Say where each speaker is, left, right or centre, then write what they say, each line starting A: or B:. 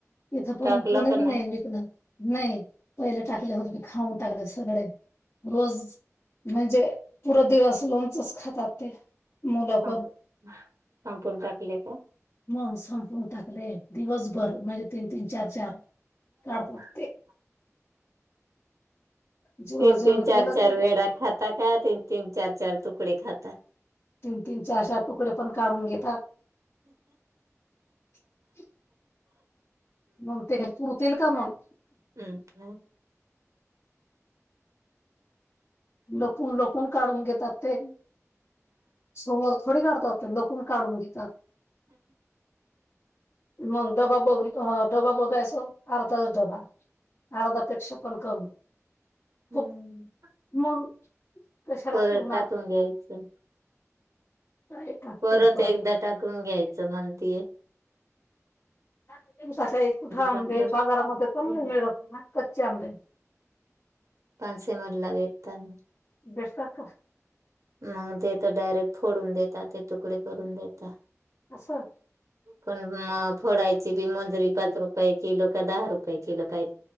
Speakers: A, on the left; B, on the right.
A: इथं पण
B: टाकलं
A: कोणीच
B: का
A: नाही विकलं, नाही पहिले टाकले होते ते खाऊन. टाकले सगळे, रोज म्हणजे पुरं दिवस लोणचंच खातात. ते मुलं
B: संप
A: पण,
B: संपून टाकले का?
A: मग संपून टाकलंय. दिवसभर म्हणजे तीन तीन चार चार. काढतात
B: <unintelligible>
A: ते जेव्हा
B: तीन
A: जेवण
B: तीन चार
A: केलं
B: चार
A: तर
B: वेळा खाता का, तीन तीन चार चार तुकडे खाता?
A: तीन तीन चार चार तुकडे पण काढून घेतात. <inaudible> मग ते पुरतील का मग?
B: हम का?
A: लपून लपून काढून घेतात ते. समोर थोडी काढतात ते लपून काढून घेतात. मग डबा अ डबा बघायचो अर्धाच डबा अर्धापेक्षा पण कमी.
B: हम्म,
A: खूप मग कशाला
B: परत
A: पुरणार
B: टाकून घ्यायचं.
A: काय टाकते
B: परत
A: पण
B: एकदा टाकून घ्यायचं म्हणती.
A: <inaudible> आहे कुठं आंबे
B: पण टाक.
A: बाजारामध्ये पण नाही मिळत ना कच्चे आंबे
B: पानसे मॉल ला विकता ना.
A: बेसतात का
B: मग ते तर डायरेक्ट फोडून देतात ते तुकडे करून देता.
A: असं?
B: पण म फोडायची बी मजुरी पाच रुपये किलो का दहा रुपये किलो काय